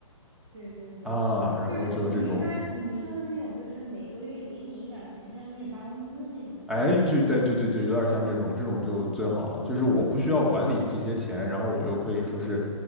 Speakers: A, on the right; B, in the centre.
A: 对对对，
B: 啊，然后就这种。
A: 等于他你说的那种，就是每个月给你一点儿钱，就像给你发工资的那种吗？
B: 哎，就哎，对对对，有点像这种，这种就最好了。就是我不需要管理这些钱，然后我又可以说是，